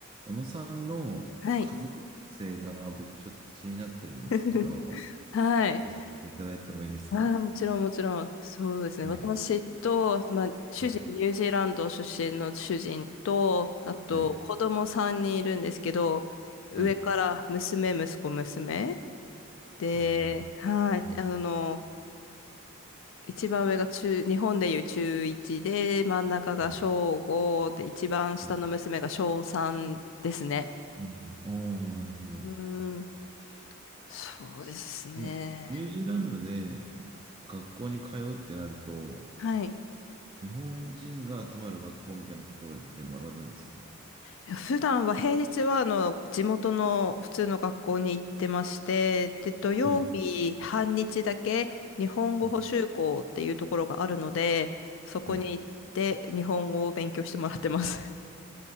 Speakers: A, on the right; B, on the left.
A: 小野さんの家族性が僕ちょっと気になってるんですけど、
B: はい。<laughs> はい。
A: 教えていただいてもいいですか
B: ああ、もちろん、もちろん。そうですね。
A: はい、
B: 私と、まあ、主人、
A: はい、
B: ニュージーランド出身の主人と、あと、
A: はい、
B: 子供3人いるんですけど、上から娘、
A: はい。
B: 息子、娘。で、
A: 娘
B: はい。
A: も
B: あの、一番上が中、日本でいう中1で、真ん中が小5で、
A: はい、
B: 一番下の娘が小3ですね。
A: はい。ああ、なるほど。
B: うー
A: も
B: ん、そうですね。
A: うニュージーランドで学校に通うってなると、
B: はい。
A: 日本人が集まる学校みたいなところで学ぶんですか
B: いや普段は、平日は、あの、地元の普通の学校に行ってまして、で、土曜日半日だけ日本語補習校っていうところがあるので、
A: はい、うん
B: そこに行って日本語を勉強してもらってます。
A: はい。
B: <laughs>